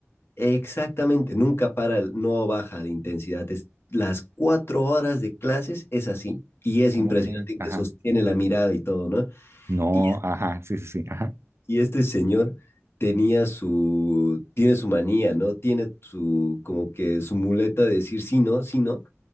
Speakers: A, on the left; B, on the right.
A: exactamente, nunca para, no baja de intensidad. Es, las cuatro horas de clases es así. Y es
B: ¿Cómo
A: impresionante
B: crees?
A: y te
B: Ajá.
A: sostiene la mirada y todo, ¿no?
B: No,
A: Y
B: ajá. Sí, sí, sí. Ajá.
A: Y este señor tenía su, tiene su manía, ¿no? Tiene su, como que su muleta de decir sí, no, sí, no.